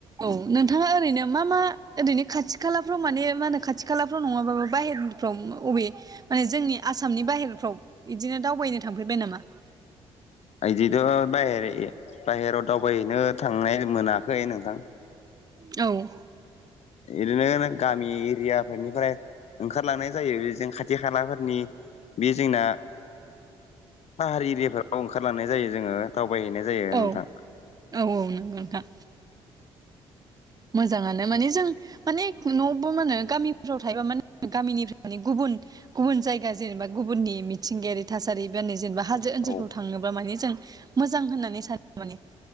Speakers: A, on the right (about 30°); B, on the left (about 60°).
A: औ नोंथाङा ओरैनो मा मा ओरैनो खाथि खालाफ्राव माने मा होनो खाथि खालाफ्राव नङाबाबो बाहेरफ्राव अबे माने जोंनि आसामनि बाहेरफ्राव बिदिनो दावबायनो थांफेरबाय नामा
B: बिदिथ' <unintelligible> बेर बाहेराव दावबायहैनो थांनाय मोनाखै नोंथां
A: औ
B: इदिनो गामि एरियाफोरनिफ्राय ओंखारलांनाय जायो बेजों खाथि खालाफोरनि बे जोंना पाहार एरियाफोराव ओंखारलांनाय जायो जोङो दावबायहैनाय जायो
A: औ
B: नोंथां
A: औ औ नोंगौ नोंथां मोजाङानो माने जों माने न'बो मा होनो गामिफ्राव थायोबा माने गामिनिफ्राय माने गुबुन गुबुन जायगा जेनेबा गुबुननि मिथिंगायारि थासारिबा नै जेनेबा हाजो ओनसोलफ्राव
B: औ
A: थांङोबा माने जों मोजां होननानै सानो माने